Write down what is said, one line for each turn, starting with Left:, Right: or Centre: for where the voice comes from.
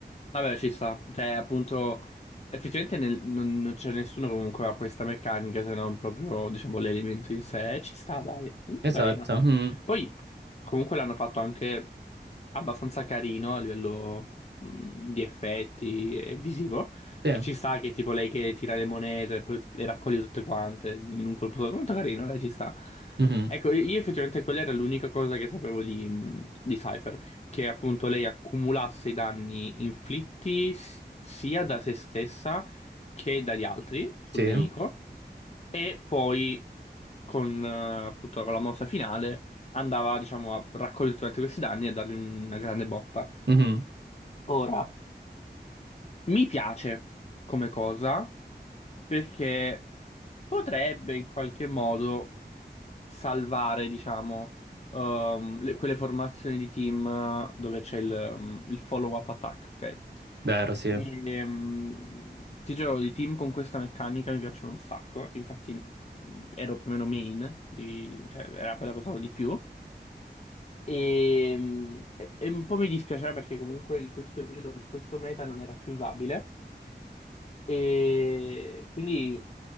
Left: Vabbè, ci sta. Cioè, appunto, effettivamente nel- non, non c'è nessuno comunque che ha questa meccanica se non proprio, diciamo, l'elemento in sé. Eh, Ci sta, dai. Molto
Right: Esatto.
Left: carina.
Right: mhm,
Left: Poi, comunque l'hanno fatto anche abbastanza carino a livello mh, di effetti e visivo.
Right: Sì.
Left: Che ci sta che tipo lei che tira le monete e poi le raccoglie tutte quante in un colpo solo. Molto carino, dai, ci sta.
Right: Mhm,
Left: Ecco, io effettivamente quella era l'unica cosa che sapevo di, mh, di Cypher che appunto lei accumulasse i danni inflitti s- sia da se stessa che dagli altri sul
Right: Sì.
Left: nemico e poi con eh, appunto con la mossa finale andava diciamo a raccogliere tutti questi danni e dargli una grande botta.
Right: mhm,
Left: Ora, mi piace come cosa perché potrebbe in qualche modo salvare, diciamo, ehm, le- quelle formazioni di team eh, dove c'è il, ehm, il follow-up attack, ok?
Right: Vero, sì.
Left: E, ehm, ti giuro, i team con questa meccanica mi piacciono un sacco, infatti mh, ero più o meno main, di- cioè era quella che usavo di più. E, mh, e- e un po' mi dispiaceva perché comunque in questo periodo questo meta non era più usabile e quindi